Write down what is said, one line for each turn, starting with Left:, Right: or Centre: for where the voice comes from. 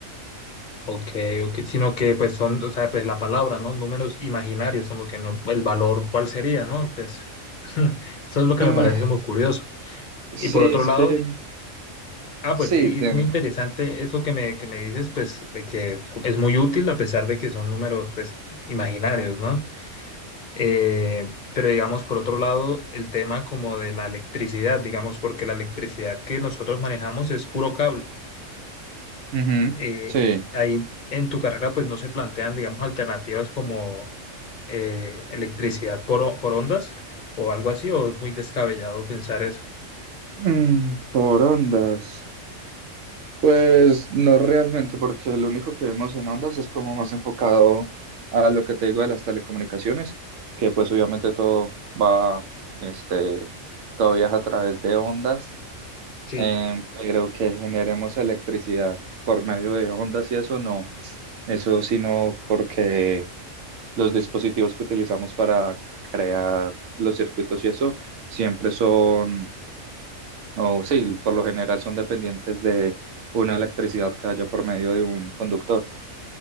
Left: Ok, ok, sino que pues son, o sea, pues la palabra, ¿no? Números imaginarios, como que no, el valor, ¿cuál sería, no? Pues <laughs> eso es lo que
Right: Eh,
Left: me parece como curioso.
Right: Sí,
Left: Y por otro
Right: es
Left: lado,
Right: que
Left: Ah,
Right: Sí,
Left: pues sí,
Right: de-
Left: es muy interesante eso que me, que me dices, pues de que so- es muy útil a pesar de que son números, pues, i- imaginarios, ¿no? Eh, pero digamos, por otro lado, el tema como de la electricidad, digamos, porque la electricidad que nosotros manejamos es puro cable.
Right: ujú,
Left: Eh,
Right: sí.
Left: ahí en tu carrera, pues, no se plantean, digamos, alternativas como eh, electricidad por, o- por ondas o algo así, o es muy descabellado pensar eso.
Right: Mm, por ondas. Pues no realmente, porque lo único que vemos en ondas es como más enfocado a lo que te digo de las telecomunicaciones, que pues obviamente todo va, este, todo viaja a través de ondas,
Left: Sí.
Right: em, pero que generemos electricidad por medio de ondas y eso no, eso sino porque los dispositivos que utilizamos para crear los circuitos y eso siempre son O sí, por lo general son dependientes de una electricidad que haya por medio de un conductor. <laughs>